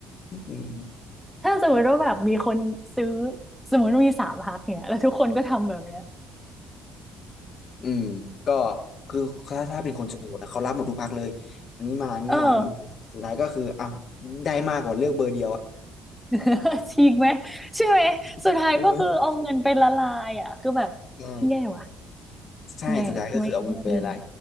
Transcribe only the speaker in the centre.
ถ้าสมมติว่าแบบมีคนซื้อสมมติว่ามีสามพักเนี่ยแล้วทุกคนก็ทำแบบเนี้ย
เออ
<laughs> ฉีกไหมใช่ไหมสุดท้ายก็คือเอาเงินไปละลายอ่ะคือแบบ
แย่ว่ะ
แย่ไม่ไม่ดี